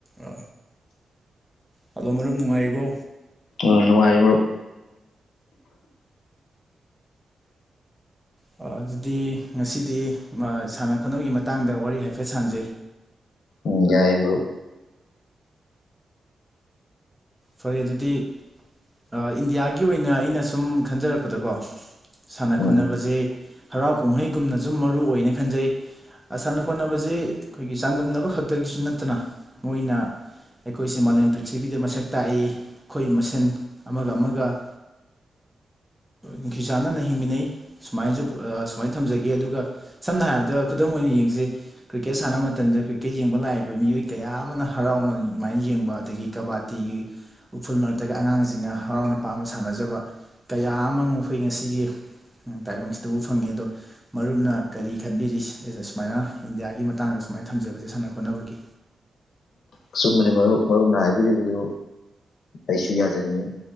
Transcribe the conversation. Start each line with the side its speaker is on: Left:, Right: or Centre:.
Centre: ꯑ ꯍꯂꯣ ꯃꯔꯨꯞ ꯅꯨꯡꯉꯥꯏꯔꯤꯕꯣ?
Left: ꯑ ꯅꯨꯡꯉꯥꯏꯔꯤ ꯃꯔꯨꯞ꯫
Centre: ꯑ ꯑꯗꯨꯗꯤ ꯉꯁꯤꯗꯤ ꯁꯥꯟꯅ ꯈꯣꯠꯅꯕꯒꯤ ꯃꯇꯥꯡꯗ ꯋꯥꯔꯤ ꯍꯥꯏꯐꯦꯠ ꯁꯥꯟꯖꯦ
Left: ꯑꯨꯝ ꯌꯥꯏꯌꯦ ꯃꯔꯨꯞ
Centre: ꯐꯔꯦ ꯑꯗꯨꯗꯤ ꯑꯥ ꯏꯟꯗꯤꯌꯥꯒꯤ ꯑꯣꯏꯅ ꯑꯩꯅ ꯁꯨꯝ ꯈꯟꯖꯔꯛꯄꯗꯀꯣ ꯁꯥꯟꯅ
Left: ꯎꯝ
Centre: ꯈꯣꯠꯅꯕꯖꯦ ꯍꯔꯥꯎ ꯀꯨꯝꯍꯩꯒꯨꯝꯅ ꯁꯨꯝ ꯃꯔꯨꯑꯣꯏꯅꯦ ꯈꯟꯖꯩ ꯑ ꯁꯥꯟꯅ ꯈꯣꯠꯅꯕꯁꯦ ꯑꯩꯈꯣꯏꯒꯤ ꯆꯥꯡꯗꯝꯅꯕ ꯈꯛꯇꯒꯤꯁꯨ ꯅꯠꯇꯅ ꯃꯣꯏꯅ ꯑꯩꯈꯣꯏꯁꯦ ꯃꯥꯂꯦꯝ ꯄ꯭ꯔꯤꯊꯤꯕꯤꯗ ꯃꯁꯛ ꯇꯥꯛꯏ ꯑꯩꯈꯣꯏ ꯃꯁꯦꯟ ꯑꯃꯒ ꯑꯃꯒ ꯅꯨꯡꯁꯤ ꯆꯥꯟꯅꯅ ꯍꯤꯡꯃꯤꯟꯅꯩ ꯁꯨꯃꯥꯏꯁꯨ ꯑ ꯁꯨꯃꯥꯏꯅ ꯊꯝꯖꯒꯦ ꯑꯗꯨꯒ ꯁꯝꯅ ꯍꯥꯏꯔꯕꯗ ꯈꯨꯗꯝ ꯑꯣꯏꯅ ꯌꯦꯡꯁꯤ ꯀ꯭ꯔꯤꯀꯦꯠ ꯁꯥꯟꯅ ꯃꯇꯝꯗ ꯀ꯭ꯔꯤꯀꯦꯠ ꯌꯦꯡꯕ ꯂꯥꯏꯏꯕ ꯃꯤꯑꯣꯏ ꯀꯌꯥ ꯑꯃꯅ ꯍꯔꯥꯎꯅ ꯑꯃꯥꯏꯅ ꯌꯦꯡꯕ ꯑꯗꯒꯤ ꯀꯕꯥꯠ ꯇꯤꯒꯤ ꯎꯐꯨꯜ ꯃꯔꯛꯇꯒ ꯑꯉꯥꯡꯁꯤꯡꯅ ꯍꯔꯥꯎꯅ ꯄꯥꯝꯅ ꯁꯥꯟꯅꯖꯕ ꯀꯌꯥ ꯑꯃ ꯉꯣꯑꯈꯣꯏ ꯉꯁꯤꯒꯤ ꯇꯥꯏꯕꯪꯁꯤꯗꯕꯨ ꯐꯪꯉꯦ꯫ ꯑꯗꯣ ꯃꯔꯨꯞꯅ ꯀꯔꯤ ꯈꯟꯕꯤꯔꯤ ꯁꯨꯃꯥꯏꯅ ꯏꯟꯗꯤꯌꯥꯒꯤ ꯃꯇꯥꯡꯗ ꯁꯨꯃꯥꯏꯅ ꯊꯝꯖꯕꯁꯦ ꯁꯥꯟꯅ ꯈꯣꯠꯅꯕꯒꯤ
Left: ꯑꯆꯨꯝꯕꯅꯤ ꯃꯔꯨꯞ ꯃꯔꯨꯞꯅ ꯍꯥꯏꯕꯤꯔꯤꯕꯗꯨ ꯑꯩꯁꯨ ꯌꯥꯖꯅꯤꯡꯉꯤ